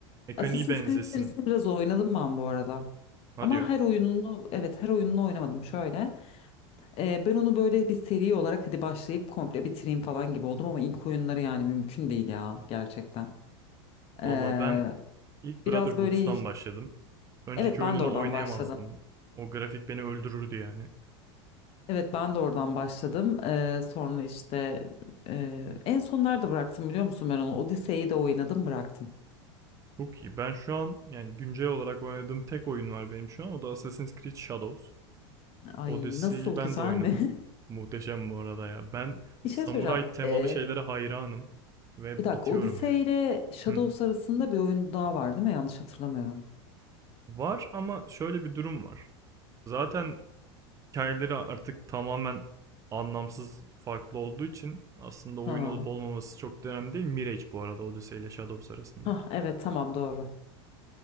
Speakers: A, on the right; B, on the left.
A: mekaniği
B: Assassin's
A: benzesin.
B: Creed serisini biraz oynadım ben bu arada.
A: Ha
B: Ama
A: diyor.
B: her oyununu evet her oyununu oynamadım şöyle. Ee, ben onu böyle bir seri olarak hadi başlayıp komple bitireyim falan gibi oldum ama ilk oyunları yani mümkün değil ya gerçekten.
A: Valla
B: Ee,
A: ben ilk Brotherhood'dan
B: biraz böyle
A: başladım. Önceki
B: evet ben
A: oyununu
B: de oradan
A: oynayamazdım.
B: başladım.
A: O grafik beni öldürürdü yani.
B: Evet ben de oradan başladım. Ee, sonra işte e, en son nerede bıraktım biliyor musun ben onu? Odise'yi de oynadım bıraktım.
A: Çok iyi. Ben şu an yani güncel olarak oynadığım tek oyun var benim şu an. O da Assassin's Creed Shadows.
B: Ay
A: Odyssey'yi
B: nasıl
A: ben
B: güzel
A: de oynadım.
B: mi?
A: Muhteşem bu arada ya. Ben
B: <laughs> Bir
A: samuray
B: şey söyleyeceğim.
A: temalı
B: Ee,
A: şeylere hayranım. Ve
B: bir dakika
A: bitiyorum
B: Odise
A: yani.
B: ile Shadows
A: Hı.
B: arasında bir oyun daha var değil mi? Yanlış hatırlamıyorum.
A: Var ama şöyle bir durum var. Zaten hikayeleri artık tamamen anlamsız farklı olduğu için aslında oyun
B: Ha.
A: olup olmaması çok da önemli değil. Mirage bu arada Odyssey ile Shadows arasındaki.
B: Ha evet tamam doğru.